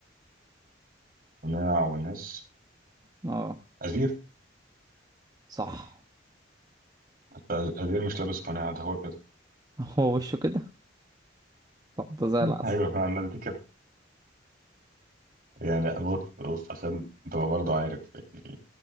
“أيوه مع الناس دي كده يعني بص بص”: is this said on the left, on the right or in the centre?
Right